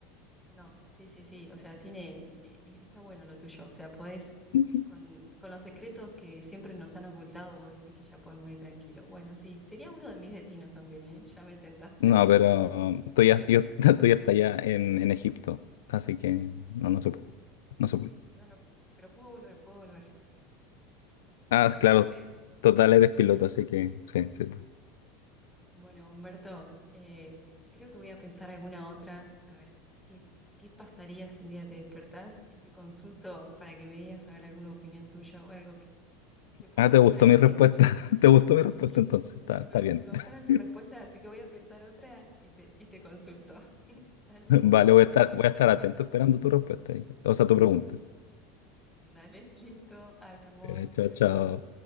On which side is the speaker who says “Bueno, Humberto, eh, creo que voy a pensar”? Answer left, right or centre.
Centre